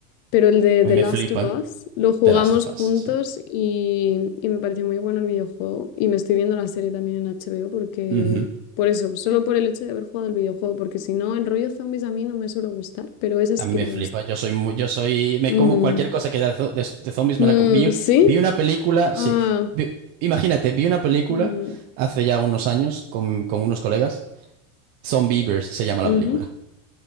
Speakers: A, on the left; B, on the right.
A: pero el de
B: A
A: The
B: mí
A: Last
B: me flipan
A: of Us lo jugamos
B: The Last of
A: juntos
B: Us, sí.
A: y, y me pareció muy bueno el videojuego. Y me estoy viendo la serie también en HBO porque,
B: ujú.
A: por eso, solo por el hecho de haber jugado el videojuego, porque si no, el rollo zombies a mí no me suele gustar, pero esa
B: A
A: sí
B: mí
A: que
B: me
A: me
B: flipa.
A: gusta.
B: Yo soy muy, yo soy, me
A: Mm,
B: como cualquier cosa que haya zo- de, de zombies
A: mm,
B: me la como. Vi,
A: ¿sí?
B: vi una película, sí.
A: Ah,
B: Vi- imagínate, vi una película
A: mm,
B: hace ya unos años con, con unos colegas. Zombievers se llama la
A: ujú.
B: película.